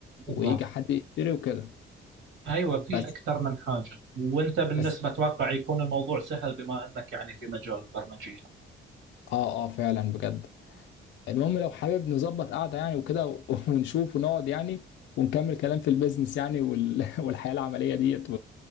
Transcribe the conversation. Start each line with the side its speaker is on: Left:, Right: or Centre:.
Right: بالضبط
Left: ويجي حد يشتري وكده
Right: ايوه في
Left: بس
Right: اكثر من حاجه وانت بالنسبه
Left: بس
Right: اتوقع يكون الموضوع سهل بما انك يعني في مجال البرمجيه
Left: اه اه فعلا بجد المهم لو حابب نظبط قعده يعني وكده و- <laughs> ونشوف ونقعد يعني ونكمل كلام في البيزنس يعني وال... <laughs> والحياه العمليه ديت